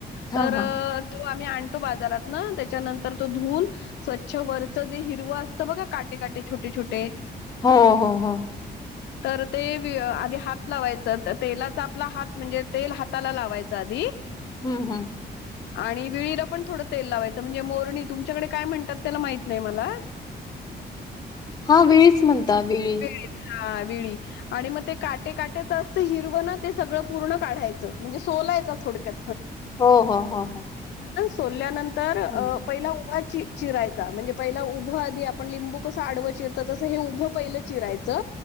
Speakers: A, on the left (about 20°); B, on the left (about 80°).
A: हां,
B: तर अ
A: हां.
B: तो आम्ही आणतो बाजारात ना त्याच्यानंतर तो धुूण स्वच्छ वरच जे हिरव ते बघ काटे काटे छोटे छोटे
A: हो हो हो
B: तर ते आधी हात लावायचं तेलाचा आपला हात म्हणजे तेल हाताला लावायचं आधी
A: हं, हं.
B: आणि विळीला पण थोडं तेल लावायचं म्हणजे मोरणी तुमच्याकडे काय म्हणतात त्याला माहित नाही मला
A: हा वेळीच म्हणता वेळी
B: विळीच हा वेळी आणि मग ते काटे काट्याचं असतं हिरवं ना ते सगळं पूर्ण काढायचं म्हणजे सोलायच थोडक्यात
A: हो हो हो हो
B: सोडल्यानंतर
A: हं.
B: तर पहिला उभ चिरायचा म्हणजे पहिला उभं आदी आपण लिंबू कसं आडवं चिरत तसं हे उभं पहिलं चिरायचं